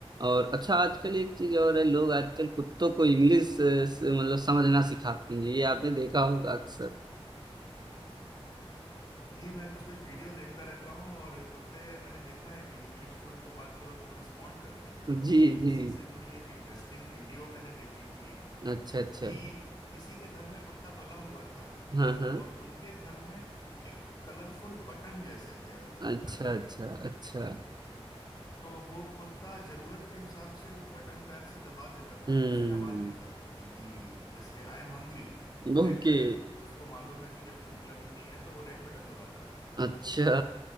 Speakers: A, on the right; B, on the left.
A: और अच्छा आजकल एक चीज और है लोग आजकल कुत्तों को इंग्लिश मतलब समझना सिखाते हैं ये आपने देखा होगा अक्सर
B: जी मैं कुछ कुछ वीडियो देखता रहता हूँ और कुत्ते मैंने देखा है कि इंग्लिश में उनको बात करो तो वो रिस्पॉन्ड करते हैं बल्कि
A: जी जी
B: इसी से जुड़ी एक इंटरेस्टिंग वीडियो मैंने देखी थी
A: अच्छा अच्छा
B: कि किसी के घर में कुत्ता पला हुआ था
A: हाँ हाँ
B: और उनके घर में एक कलरफुल बटन जैसे थे अलग अलग
A: अच्छा
B: कलर
A: अच्छा
B: के
A: अच्छा
B: तो वो कुत्ता जरूरत के हिसाब से वो बटन पैर से दबा देता था
A: हम्म
B: तो उसमें आवाज निकलती थी कि जैसे I am hungry Red
A: ओके
B: button है तो उसको मालूम है कि जब भूख लगनी है तो वो रेड बटन दबाता था
A: अच्छा